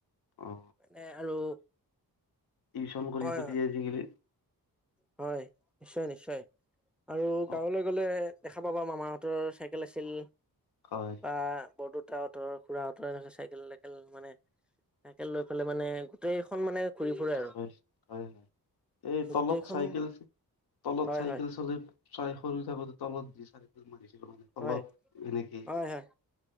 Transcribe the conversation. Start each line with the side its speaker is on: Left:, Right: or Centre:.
Left: অ
Centre: মানে আৰু
Left: টিউশ্যন কৰি
Centre: হয়,
Left: পিনি
Centre: হয়,
Left: আজিকালি
Centre: হয় নিশ্চয় নিশ্চয় আৰু
Left: অ
Centre: গাঁৱলে গ'লে দেখা পাবা মামাহঁতৰ চাইকেল আছিল,
Left: হয়।
Centre: বা বৰদেউতাহঁতৰ, খুৰাহঁতৰ এনেকে চাইকেল-তাইকেল মানে চাইকেল লৈ পেলাই মানে গোটেইখন মানে ঘূৰি ফুৰে আৰু।
Left: হয় হয় হয়। এই তলত
Centre: গোটেইখন
Left: চাইকেল তলত
Centre: হয়,
Left: চাইকেল
Centre: হয়,
Left: চলাই হয় সৰু থাকোতে তলত দি চাইকেল মাৰিছিলো মানে। তলত
Centre: হয়,
Left: এনেকে
Centre: হয়, হয়,